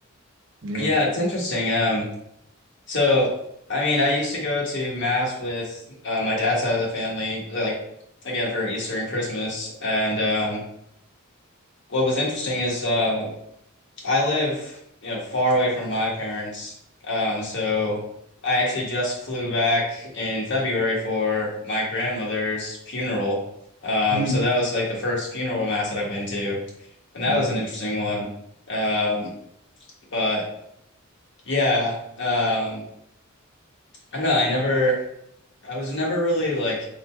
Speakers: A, on the right; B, on the left.
A: yeah.
B: Yeah, it's interesting. Um, so I mean, I used to go to mass with uh, my dad's side of the family, like again for Easter and Christmas, and um, what was interesting is uh. I live, you know, far away from my parents. Um, so I actually just flew back in February for my grandmother's funeral. Um,
A: Hmm.
B: so that was like the first funeral mass that I've been to, and that
A: Okay.
B: was an interesting one. Um, but yeah, um, I don't know. I never, I was never really like